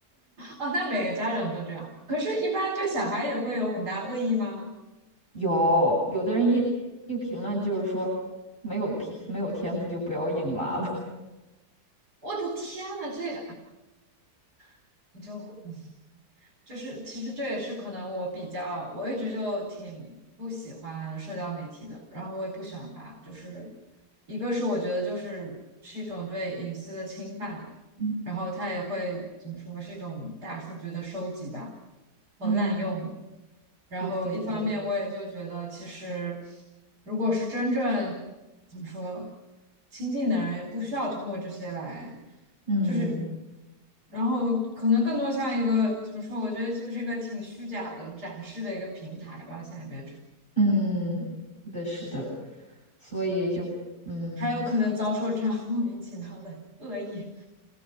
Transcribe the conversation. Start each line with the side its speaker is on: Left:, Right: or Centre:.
Right: 啊，那每个家长都这样，可是，一般对小孩也会有很大恶意吗？
Left: <laughs> 有有的人一一评论就是说，没有天没有天赋就不要硬拉了。
Right: 我的天呐，这 <sighs> 你就 <laughs> 会。就是其实这也是可能我比较，我一直就挺不喜欢社交媒体的，然后我也不喜欢发，就是一个是我觉得就是是一种对隐私的侵犯，
Left: <laughs>
Right: 然后它也会怎么说是一种大数据的收集吧和滥用，
Left: 嗯，
Right: 然后一方面我也就觉得其实
Left: 对对对，
Right: 如果是真正怎么说亲近的人，也不需要通过这些来。
Left: 嗯
Right: 就是，然后可能更多像一个怎么说？我觉得就是一个挺虚假的展示的一个平台吧，现在变成，
Left: 嗯，是的，是的，所以就嗯，
Right: 还有可能遭受这样 <laughs> 莫名其妙的恶意，